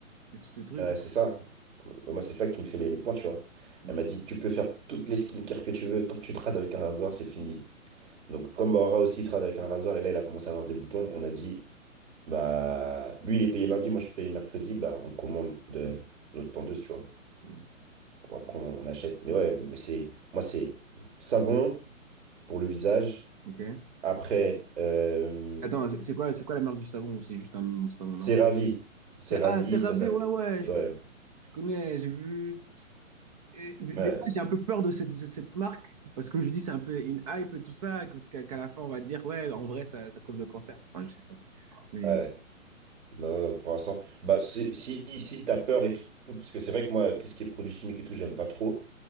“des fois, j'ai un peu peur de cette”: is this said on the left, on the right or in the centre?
Right